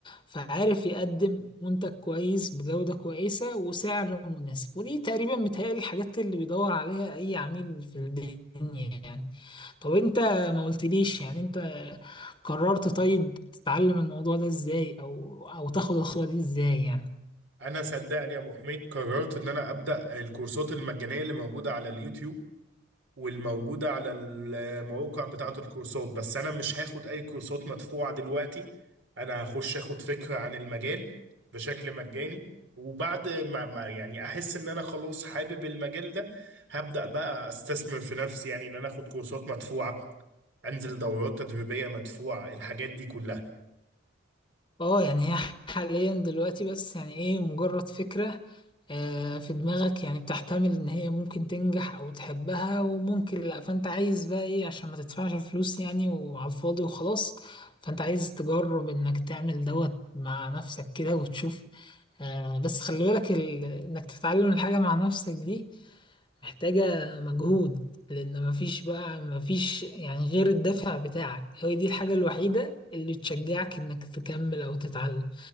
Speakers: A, on the left; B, on the right.
A: فعارف يقدم منتج كويس بجودة كويسة وسعر مناسب ودي تقريبا بتهيألي الحاجات اللي بيدور عليها أي عميل في الدنيا يعني طب أنت ما قلتليش يعني أنت قررت طيب تتعلم الموضوع ده ازاي او او تاخد الخطوة دي ازاي يعني
B: انا صدقني يا ابو حميد قررت ان انا ابدا الكورسات المجانيه اللي موجوده على اليوتيوب والموجودة على المواقع بتاعة الكورسات بس أنا مش هاخد أي كورسات مدفوعة دلوقتي أنا هخش أخد فكرة عن المجال بشكل مجاني وبعد ما ما- يعني أحس إن أنا خلاص حابب المجال ده هبدأ بقى أستثمر في نفسي يعني إن أنا أخد كورسات مدفوعة أنزل دورات تدريبية مدفوعة الحاجات دي كلها
A: اه يعني هي حاليا دلوقتي بس يعني ايه مجرد فكرة آه، في دماغك يعني بتحتمل ان هي ممكن تنجح او تحبها وممكن لا فانت عايز بقى ايه عشان ما تدفعش الفلوس يعني وعلى الفاضي وخلاص فانت عايز تجرب انك تعمل دوت مع نفسك كده وتشوف آه، بس خلي بالك ال... انك تتعلم الحاجة مع نفسك دي محتاجة مجهود لأن مفيش بقى مفيش يعني غير الدافع بتاعك هي دي الحاجة الوحيدة اللي تشجعك إنك تكمل أو تتعلم